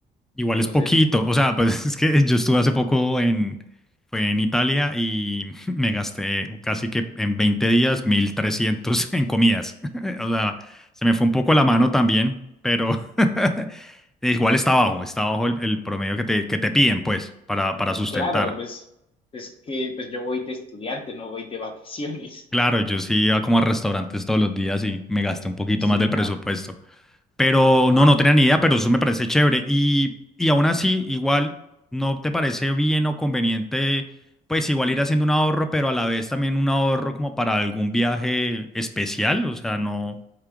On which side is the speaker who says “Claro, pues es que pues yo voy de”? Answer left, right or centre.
Left